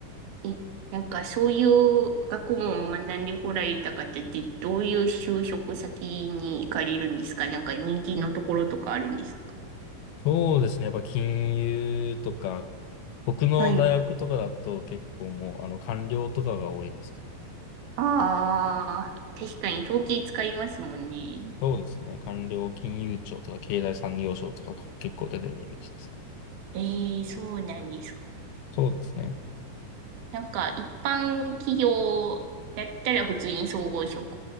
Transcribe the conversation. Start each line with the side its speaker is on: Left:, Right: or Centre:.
Right: え、なんかそういう学問を学んでこられた方ってどういう就職先に行かれるんですかなんか人気のところとかあるんですか
Left: そうですね。やっぱ金融とか、僕の大学とかだと結構もうあの官僚とかが多いですかね
Right: はい。ああ、確かに統計使いますもんね。
Left: そうですね。官僚金融庁とか経済産業省とかが結構出てるイメージです。
Right: ええ、そうなんですか。
Left: そうですね。
Right: なんか一般企業だったら普通に総合職